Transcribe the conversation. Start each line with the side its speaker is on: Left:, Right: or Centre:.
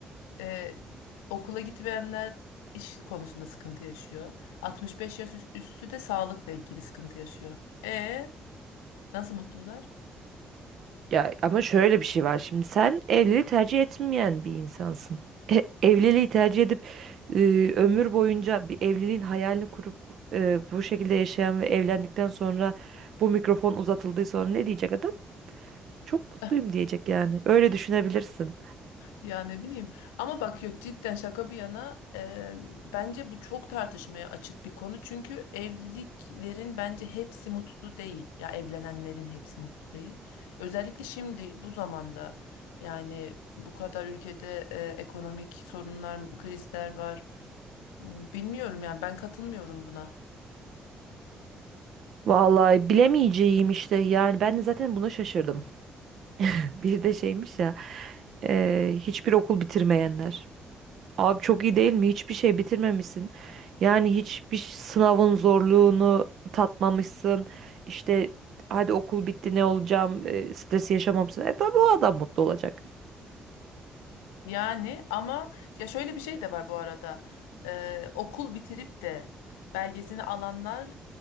Left: E, okula gitmeyenler iş konusunda sıkıntı yaşıyor. 65 yaş üs- üstü de sağlıkla ilgili sıkıntı yaşıyor. E nasıl mutlular?
Right: Ya ama şöyle bir şey var şimdi sen evliliği tercih etmeyen bir insansın. E, evliliği tercih edip e, ömür boyunca bir evliliğin hayalini kurup e, bu şekilde yaşayan ve evlendikten sonra bu mikrofon uzatıldığı sonra ne diyecek adam? Çok mutluyum
Left: <laughs>
Right: diyecek yani. Öyle düşünebilirsin.
Left: Ya ne bileyim ama bak yok cidden şaka bir yana eee, bence bu çok tartışmaya açık bir konu çünkü evliliklerin bence hepsi mutlu değil ya evlenenlerin hepsi mutlu değil özellikle şimdi bu zamanda yani bu kadar ülkede eee, ekonomik sorunlar krizler var bilmiyorum yani ben katılmıyorum buna.
Right: Vallahi bilemeyeceğim işte yani ben de zaten buna şaşırdım. <laughs> Bir de şeymiş ya e, hiçbir okul bitirmeyenler. Abi çok iyi değil mi? Hiçbir şey bitirmemişsin. Yani hiçbir ş- sınavın zorluğunu tatmamışsın. İşte hadi okul bitti ne olacağım? E, stresi yaşamamışsın. E tabii o adam mutlu olacak.
Left: Yani ama ya şöyle bir şey de var bu arada. Ee, okul bitirip de belgesini alanlar